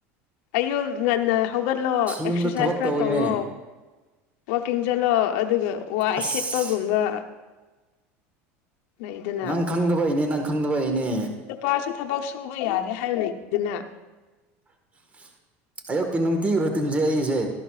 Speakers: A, on the left; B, on the right.
A: ꯑꯌꯨ ꯉꯟꯅ ꯍꯧꯒꯠꯂꯣ ꯑꯦꯛꯁꯔꯁꯥꯏꯁ
B: ꯌꯨꯝꯗ ꯊꯕꯛ
A: ꯈꯔ
B: ꯇꯧꯋꯤꯅꯦ
A: ꯇꯧꯔꯣ ꯋꯥꯋꯀꯤꯡ ꯆꯠꯂꯣ ꯑꯗꯨꯒ ꯋꯥꯏ
B: ꯑꯁ
A: ꯁꯤꯠꯄꯒꯨꯝꯕ ꯂꯩꯗꯅ
B: ꯅꯪ ꯈꯪꯗꯕ ꯏꯅꯦ ꯅꯪ ꯈꯪꯗꯕ ꯏꯅꯦ
A: ꯅꯨꯨꯄꯥꯁꯨ ꯊꯕꯛ ꯁꯨꯕ ꯌꯥꯔꯦ ꯍꯥꯏꯌ ꯂꯩꯗꯨꯅ
B: <unintelligible> ꯑꯌꯨꯛꯀꯤ ꯅꯨꯡꯇꯤꯈꯨꯔꯣ ꯇꯤꯟꯖꯦ ꯑꯩꯁꯦ